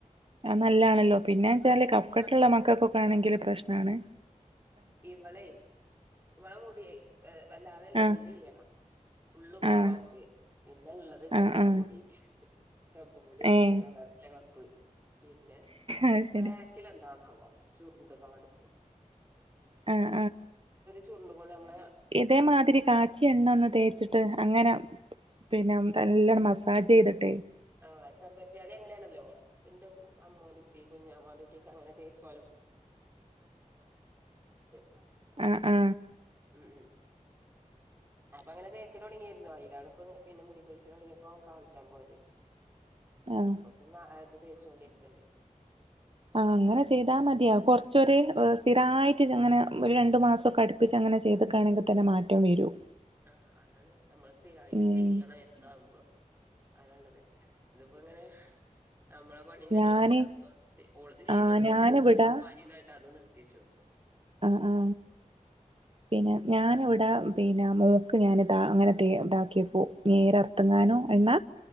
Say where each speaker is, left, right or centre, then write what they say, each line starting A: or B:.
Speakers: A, on the right; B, on the right.
A: അത്
B: ആഹ്
A: നല്ലാണല്ലോ പിന്നേ വച്ചാല്
B: അത് നല്ലതാണ്
A: കഫക്കെട്ടുള്ള മക്കൾക്കൊക്കെയാണെങ്കിൽ പ്രശ്നമാണ്
B: ഇവളേ ഇവള മൂടി വ വല്ലാതെ
A: ആഹ്
B: ഉള്ളില്ല ഉള്ള് കൊറവാ
A: ആഹ്
B: അവക്ക് പിന്നെ ഉള്ളത് ചെമ്പൻമുടി
A: ആഹ് ആഹ്
B: ചെമ്പൻ മുടിയാണ്
A: ഏഹ്
B: കളറില്ല കറുപ്പ് പിന്നെ
A: അത് ശരി
B: ബാ ക്കില് എന്താന്നാവോ ചുരുണ്ട് കെടക്കും
A: ആഹ്
B: മുടി ചുരുണ്ട് കൊണ്ട് നമ്മളെ
A: അതേ മാതിരി കാച്ചി എണ്ണ ഒന്ന് തേച്ചിട്ട് അങ്ങനെ പിന്നെ നല്ല മസാജ് ചെയ്തിട്ടേ
B: ആ ചെമ്പരത്തി ആതി അങ്ങനെയാണല്ലോ എന്റെ അമ്മോന്റെ കുട്ടി കുഞ്ഞാമാന്റെ കുട്ടി ട്ടിക്ക് അങ്ങനെ തേച്ച് <unintelligible>
A: ആ ആ
B: ഉം ഉം അപ്പൊ അങ്ങനെ തേക്കല് തുടങ്ങിയായിരുന്നു അതിലാണ് ഇപ്പൊ പിന്നെ മുടി കൊഴിച്ചില് തുടങ്ങിയപ്പോ കാണിച്ചാൻ പോയത്
A: ആഹ്
B: ഇപ്പൊ പിന്നെ അത് തേച്ചോണ്ടിരിക്കണ്ട്
A: ആ അങ്ങനെ ചെയ്താൽ മതിയാകും കൊറച്ചൊരു സ്ഥിരായിട്ട് അങ്ങനെ ഒരു രണ്ടു മാസം ഒക്കെ അടു പ്പിച്ച് അങ്ങനെ ചെയ്തിക്കാണെങ്കിൽ തന്നെ മാറ്റം വരും
B: ആ അതാണ് നമ്മൾ സ്ഥിരായിട്ട്
A: ഉം
B: ചെയ്യണം എന്താവുമ്പോൾ അതാ ഉള്ളത് ഇതിപ്പോ അങ്ങനെ നമ്മള പണീന്റെടേൽകൂടെ
A: ഞാന്
B: ചെലപ്പോ ഓള് <unintelligible>
A: ആഹ് ഞാന് ഇവിടാ
B: ഓക്ക് പനിയുണ്ടായിട്ട് അന്ന് നിർത്തി വച്ചു
A: ആ ആ പിന്നെ ഞാന് ഇവിടെ പിന്നെ മോക്ക് ഞാനിത അങ്ങനെ തെ ഇതാക്കിയപ്പോ നീരർത്തുങ്ങാനോ എണ്ണ